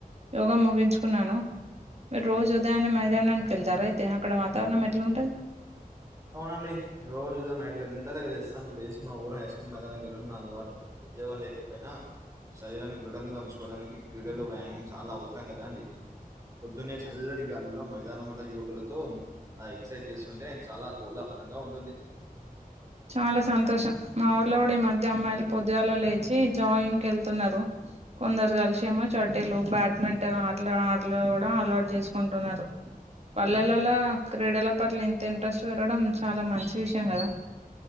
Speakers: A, on the right; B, on the right.
A: యోగ ముగిన్ చు కున్నాను మీరు రోజు ఉదయాన్నే మైదానానికి వెళ్తారా అయితే అక్కడ వాతావరణం ఎట్లుంటది
B: అవునండి రోజు ఉదయం ఐదు గంటాలకే లేస్తాను లేచి మా ఊరు హైస్కూల్ మైదానానికి వెళ్ళడం నా అలవాటు ఉద్యోగం లేకపోయినా శరీరాన్ని దృఢంగా ఉంచుకోవడానికి క్రీడలు వ్యాయామం చాలా అవసరం కదా అండి పొద్దున్నే చల్లటి గాలిలో మైదానమంత యువకులతో ఆ ఎక్సైజ్ చేస్తుంటే చాలా కోలహలంగా ఉంటుంది
A: చాలా సంతోషం మా ఊర్లోగుడ ఈ మధ్య అమ్మాయిలు పొద్దుగాళ్ల లేచి జాగింగ్ వెళ్తున్నారు కొందరు కల్షేమో షటిలు బ్యాడ్మింటన్ ఆటలు ఆటలు కూడా అలవాటు చేసుకుంటున్నారు పల్లెలల్లా క్రీడల పట్ల ఇంత ఇంట్రెస్ట్ వేరగడం చాలా మంచి విషయం గద